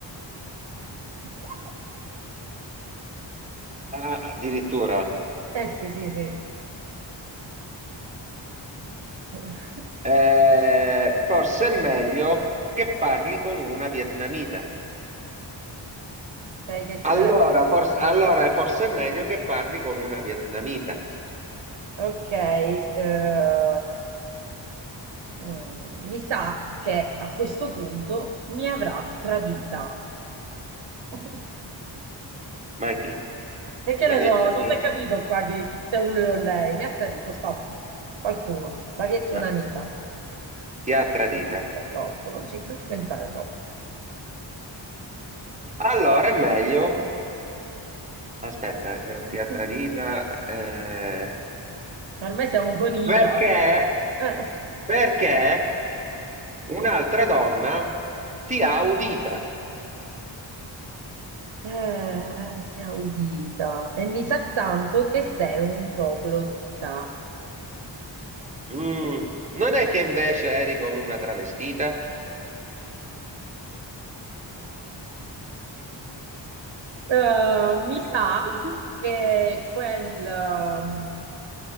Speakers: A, on the right; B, on the right.
A: <laughs>
B: Ah, addirittura.
A: Eh sì, sì, sì. <laughs>
B: Eh, forse è meglio che parli con una vietnamita.
A: Sai che
B: Allora,
A: c'è?
B: forse, allora, forse è meglio che parli con una vietnamita.
A: Ok, eh, mm, mi sa che a questo punto mi avrà tradita. <laughs>
B: Ma chi?
A: E che ne
B: La vietnamita?
A: so, non si è capito qua chi, se è un lui o lei. Mi ha tradito, stop. Qualcuno, la via è tua
B: No,
A: un'amica. Non
B: ti ha tradita.
A: ci pensare troppo, non ci, non ci pensare troppo.
B: Allora è meglio. Aspetta, che non
A: <laughs>
B: ti ha tradita. eh,
A: Ormai siamo con Ita.
B: Perché?
A: Eh,
B: Perché un'altra donna ti ha udita.
A: eh, ti ha udita. E mi sa tanto che sei un troglodita.
B: Mm, Non è che invece eri con una travestita?
A: Eh, mi
B: <laughs>
A: sa che quel, um,